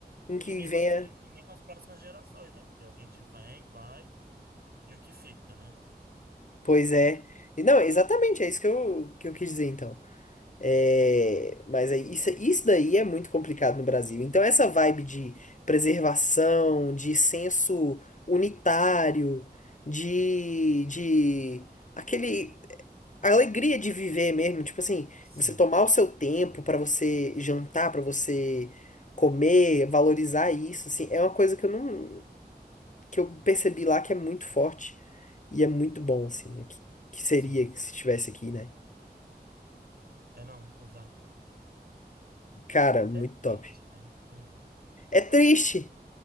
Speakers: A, on the left; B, on the right.
A: Com o que
B: E nem
A: venha.
B: com as, fu- e e nem com as próximas gerações, né? Porque a gente vem, vai e o que fica, né?
A: Pois é. E não, exatamente, é isso que eu, que eu quis dizer, então. É, mas aí, isso, isso daí é muito complicado no Brasil. Então, essa vibe de preservação, de senso unitário, de, de aquele. a alegria de viver mesmo, tipo assim,
B: Sim,
A: você tomar o seu tempo pra você jantar, pra você comer, valorizar isso, assim, é uma coisa que eu não, que eu percebi lá que é muito forte e é muito bom, assim, né? Que, que seria
B: sim.
A: se estivesse aqui, né?
B: É, não, exato.
A: Cara,
B: É até
A: muito top.
B: triste, né? Mas enfim.
A: É
B: Opa.
A: triste,